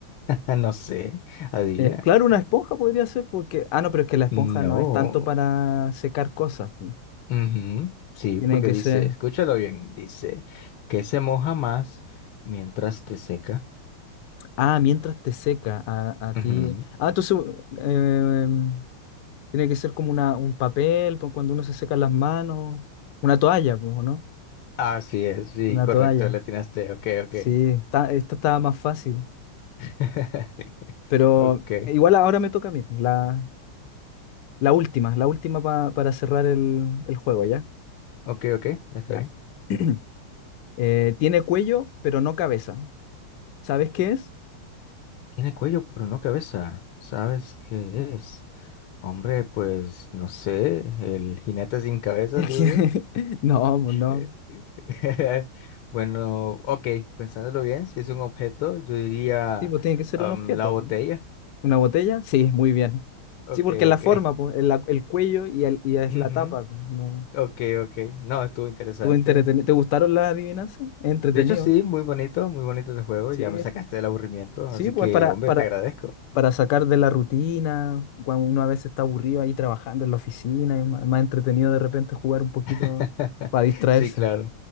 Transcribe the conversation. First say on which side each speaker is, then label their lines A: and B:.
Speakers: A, on the left; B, on the left.
A: <laughs> No sé, adivina.
B: eh, claro, una esponja podría ser porque... Ah, no, pero es que la esponja
A: No.
B: no es tanto para secar cosas. pu.
A: Ujú, Sí,
B: Tiene
A: porque
B: que
A: dice,
B: ser...
A: escúchalo bien, dice que se moja más mientras te seca.
B: Ah, mientras te seca a, a
A: Ujú,
B: ti. Ah, entonces eh, tiene que ser como una, un papel, pues, cuando uno se seca las manos. Una toalla, pues, ¿o ¿no?
A: Así es, sí,
B: Una
A: correcto,
B: toalla.
A: le atinaste, ok, ok.
B: Sí, está, esta estaba más fácil.
A: <laughs>
B: Pero
A: Ok,
B: igual ahora me toca a mí. La, la última, la última pa- para cerrar el, el juego, ¿ya?
A: ok, ok, está
B: Ya.
A: bien.
B: <clears throat> Eh, tiene cuello, pero no cabeza. ¿Sabes qué es?
A: Tiene cuello, pero no cabeza. ¿Sabes qué es? Hombre, pues no sé, el jinete sin cabeza,
B: <laughs>
A: digo
B: que-
A: yo.
B: No, pues no.
A: Eh, <laughs> Bueno, ok, pensándolo bien, si es un objeto, yo diría
B: Sí, pues tiene que ser
A: am,
B: un objeto.
A: la botella.
B: pues. ¿Una botella? Sí, muy bien.
A: Ok,
B: Sí, porque la
A: ok.
B: forma,
A: <laughs>
B: pues, el, la- el cuello y, el- y es
A: Ujú,
B: la tapa. pues, No.
A: Ok, ok. No, estuvo interesante.
B: ¿Tú entreten- ¿Te
A: Tú-
B: gustaron las adivinanzas? Entretenido.
A: De hecho, sí, muy bonito, muy bonito el juego.
B: Sí,
A: Ya me sacaste del aburrimiento,
B: sí,
A: así
B: pues
A: que,
B: para,
A: hombre,
B: para,
A: te agradezco.
B: para sacar de la rutina, cuando uno a veces está aburrido ahí trabajando en la oficina, es ma- más entretenido de repente jugar un poquito
A: <laughs>
B: para distraerse.
A: Sí, claro.